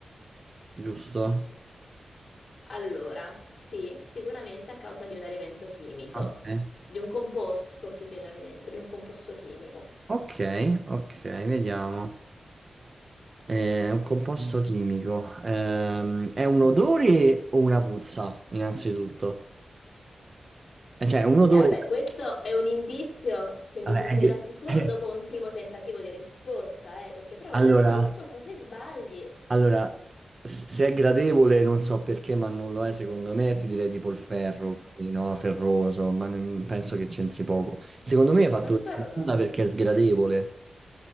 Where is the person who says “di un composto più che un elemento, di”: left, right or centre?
Left